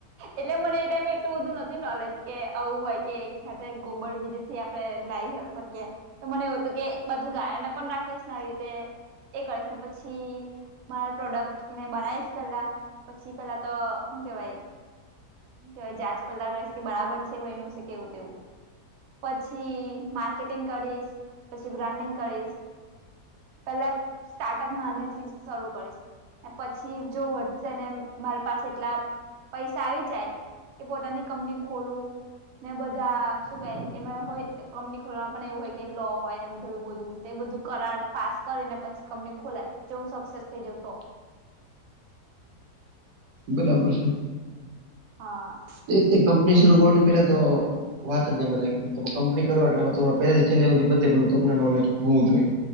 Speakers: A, on the right; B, on the right.
A: એટલે મને એ ટાઈમે એટલું બધું નથી નોલેજ કે આવું હોય કે એક ખ્યા ગોબર બીજે થી આપણે લાવ શકીએ તો મને એવું હતું કે એક બાજુ ગાયોને પણ રાખીશ ને આવી રીતે એ કરીશ ને પછી મારા પ્રોડક્ટ ને બનાવીશ પેલા પછી પેલા તો હું કેવાય શું કેહેવાય જાચ પાડતાલ કરીશ કે બરાબર છે બનું છે કેવું તેવું પછી માર્કેટિંગ કરીશ પછી બ્રાન્ડિંગ કરીશ પેલા સ્ટાર્ટઅપ નાની થી શરૂ કરીશ પછી જો વધશે ને મારી પાસે એટલા પૈસા આવી જાય કે પોતાની કંપની ખોલવું ને બધા શું કે એમાં હોય કંપની ખોલવાનું પણ એવું હોય કે લો હોય ને બધું એવું બધું એ બધું કરાર પાસ કરીને પછી કંપની ખોલાય જો હું સક્સેસ થઈ જઉ તો
B: બરાબર છે.
A: હા
B: એજ તો કંપની શરૂ કરવાની પેલા તો વાત જ મને તમે કંપની કરો એટલે પેલાથી છેલ્લે સુધી બધે બધું તમને નોલેજ હોવું જોઈએ.